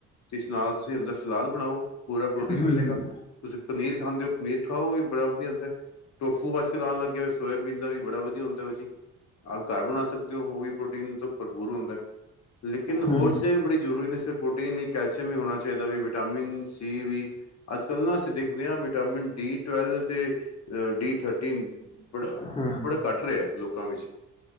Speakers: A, on the left; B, on the left.
A: ਤੇ ਇਸ ਨਾਲ ਤੁਸੀਂ ਅੰਦਾ ਸਲਾਦ ਬਣਾਓ, ਪੂਰਾ ਪ੍ਰੋਟੀਨ
B: ਹੂੰ
A: ਮਿਲੇਗਾ। ਤੁਸੀਂ ਪਨੀਰ ਖਾਂਦੇ ਹੋ ਪਨੀਰ ਖਾਓ, ਔਵੀ ਬੜਾ ਵਧੀਆ ਹੁੰਦਾ। ਟੋਫੂ ਅੱਜ ਕਲ ਆਣ ਲੱਗ ਗਿਆ ਸੋਯਾਬੀਣ ਦਾ ਵੀ ਬੜਾ ਵਧੀਆ ਹੁੰਦਾ ਔ ਜੀ। ਆਪ ਘਰ ਬਣਾ ਸਕ ਦੇ ਔ, ਔਵੀ ਪ੍ਰੋਟੀਨ ਤੋਂ ਭਰਪੂਰ ਹੁੰਦੈ। ਲੇਕਿਨ
B: ਹੂੰ
A: ਹੋਰ ਚੀਜ਼ਾਂ ਵੀ ਬੜੀ ਜ਼ਰੂਰੀ ਨੇ ਸਿਰਫ ਪੋ, ਨਹੀ-ਨਹੀ ਕੈਲਸ਼ਿਅਮ ਵੀ ਹੋਣਾ ਚਾਹੀਦਾ ਵੇ, ਵਿਟਾਮਿਨ- ਸੀ ਵੀ, ਅੱਜ-ਕੱਲ੍ਹ ਨਾ ਅਸੀਂ ਦੇਖਦੇ ਹਾਂ ਵ ਵਿਟਾਮਿਨ-ਡੀ-ਟਵੈਲ ਤੇ ਅ ਡੀ ਥਰਟੀਨ ਬੜਾ
B: ਹੂੰ
A: ਬੜਾ ਘਟ ਰਿਐ ਲੋਕਾਂ ਵਿੱਚ,